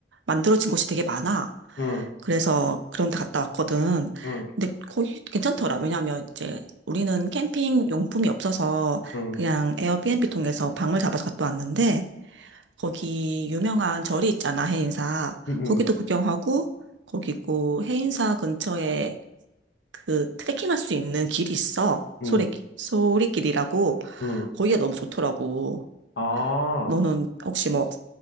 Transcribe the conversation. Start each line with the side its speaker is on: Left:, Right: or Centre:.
Right: 만들어진 곳이 되게 많아.
Left: 응,
Right: 그래서 그런 데 갔다 왔거든.
Left: 응,
Right: 근데 거기 괜찮더라. 왜냐하면 이제 우리는 캠핑 용품이 없어서
Left: 응,
Right: 그냥 에어비앤비 통해서 방을 잡아서 갔다 왔는데 거기 유명한 절이 있잖아, 해인사.
Left: 응, 응,
Right: 거기도 구경하고 거기 있고 해인사 근처에 그 트레킹할 수 있는 길이 있어.
Left: 응,
Right: 소리, 소리길이라고.
Left: 응.
Right: 거기가 너무 좋더라고.
Left: 아,
Right: 너는 혹시 뭐,